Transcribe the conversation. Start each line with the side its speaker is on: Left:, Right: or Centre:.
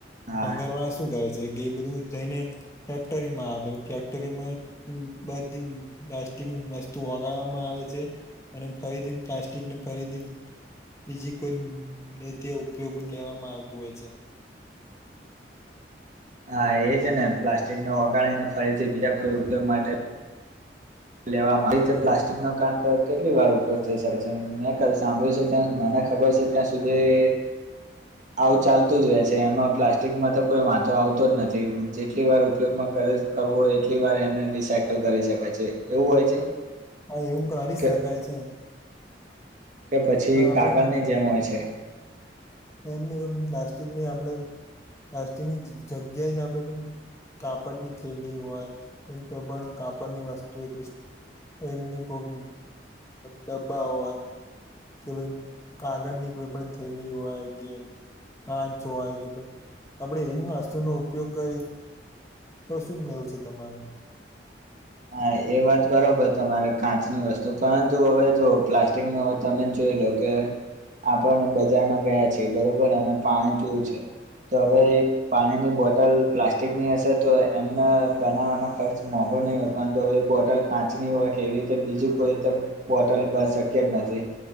Right: હા
Left: ભંગાર વાળા શું કરે છે કે એ બધું જઈને. ફેક્ટરીમાં આપે, ફેક્ટરીમાં બધી પ્લાસ્ટિક વસ્તુ ઓગાડવામાં આવે. અને ફરીથી પ્લાસ્ટિક ને ફરીથી. બીજી કોઈ તે ઉપયોગ લેવામાં આવતું હોય છે.
Right: હા એ છે ને પ્લાસ્ટિકને ઓગાડીને ફરીથી બીજા કોઈ ઉપયોગ માટે. લેવામાં આવી રીતે પ્લાસ્ટિક નો કાંક કેટલી વાર ઉપયોગ થઈ શકે મેં ક સાંભળ્યું છે મ. ખબર છે ત્યાં સુધી. આવું ચાલતું જ રહે છે એમાં પ્લાસ્ટિકમાં તો કોઈ વાંધો આવતો જ નથી, જેટલી વાર ઉપયોગમાં. કરવો એટલી વાર એને રિસાયકલ કરી શકાય છે એવું હોય છે.
Left: હા એવું કરી
Right: કે
Left: શકાય છે.
Right: કે પછી
Left: પણ આપણે
Right: કાગળ ની જેમ હોય છે.
Left: એમની મ પ્લાસ્ટિકની આપડે પ્લાસ્ટિકની જ-જ-જગ્યાએ જ આપણે જો કાપડની થેલી હોય, એમ કોઈ પણ કાપડની વસ્તુ એક તેલની કોક ડબ્બા હોય કે ભઈ કાગળની કોઈ પણ થેલી હોય કે કાચ હોય કે ભઈ આપડે એવી વસ્તુનો ઉપયોગ કરીએ તો શું કેવું છે તમારું?
Right: હા, એ વાત બરોબર તમારે કાચની વસ્તુ, પરંતુ હવે જો પ્લાસ્ટિકનું હવે તમે જો <unintelligible> કે આપડે બજારમાં ગયા છીએ. બરોબર, અને પાણી પીવું છે તો હવે એ પાણીની બોટલ પ્લાસ્ટિકની હશે તો એને બનાવાનો ખર્ચ મોઘો નઈ હો પરંતુ હવે એ બોટલ કાંચની હોય કે એવી રીતે બીજું કોઈ તો બોટલ શક્ય જ નથી.